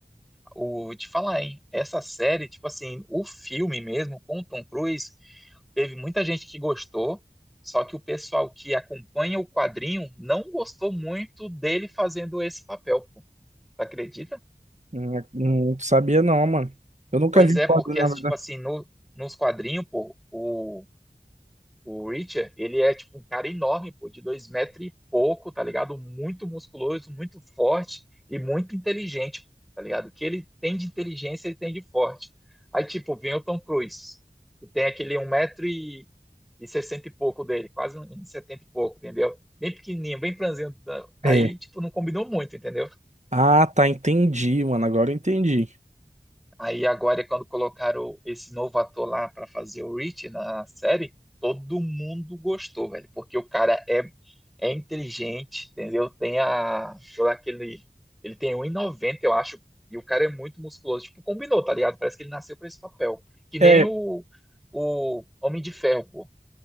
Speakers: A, in the centre; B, on the right (about 45°).
A: o, vou te falar, hein, essa série, tipo assim, o filme mesmo com o Tom Cruise teve muita gente que gostou, só que o pessoal que acompanha o quadrinho não gostou muito dele fazendo esse papel, pô. Tu acredita?
B: Não, não sabia não, mano. Eu nunca
A: Pois
B: vi o
A: é,
B: quadro,
A: porque,
B: na
A: tipo
B: verdade.
A: assim, no, nos quadrinhos, pô, o O Richard, ele é tipo um cara enorme, pô, de dois metros e pouco, tá ligado? Muito musculoso, muito forte e muito inteligente, tá ligado? O que ele tem de inteligência, ele tem de forte. Aí, tipo, vem o Tom Cruise, que tem aquele um metro e, e sessenta e pouco dele, quase um metro e setenta e pouco, entendeu? Bem pequenininho, bem franzino. da- Aí,
B: É.
A: tipo, não combinou muito, entendeu?
B: Ah, tá, entendi, mano, agora eu entendi.
A: Aí agora, é quando colocaram esse novo ator lá pra fazer o Rich na série, todo mundo gostou, velho, porque o cara é, é inteligente, entendeu? Tem a, todo aquele, ele tem um e noventa, eu acho, e o cara é muito musculoso, tipo, combinou, tá ligado? Parece que ele nasceu pra esse papel, que
B: É,
A: nem o, o Homem de Ferro, pô. O